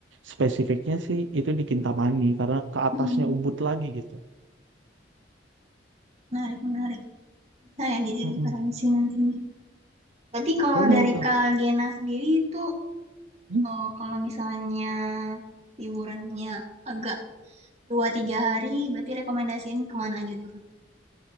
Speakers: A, on the right (about 85°); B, on the right (about 35°).
A: spesifiknya sih itu di Kintamani, karena ke atasnya
B: Hmm.
A: Ubud lagi gitu.
B: Menarik, menarik. Bisa ya jadi
A: Mm-mm.
B: referensi nantinya. Berarti kalau
A: Boleh
B: dari
A: itu.
B: Kak Gena sendiri itu,
A: Hmm?
B: oh, kalau misalnya liburannya agak dua tiga hari, berarti rekomendasiin kemana aja tuh?